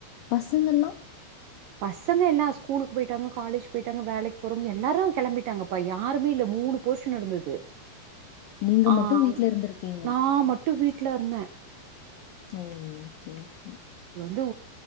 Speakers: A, on the left; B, on the right.
A: பசங்கல்லா
B: பசங்க எல்லா ஸ்கூலுக் போயிட்டாங்க காலேஜ் போயிட்டாங்க வேலைக் போறவங்க எல்லாரு கெளம்பிட்டாங்கப்பா யாருமே இல்ல மூனுப் போர்ஷன் இருந்தது
A: நீங்க
B: ஆம்
A: மட்டும் வீட்ல இருந்திருக்கீங்க.
B: நா மட் ட்டு வீட்லருந்தே
A: ஓ ஓகே ஓகே
B: து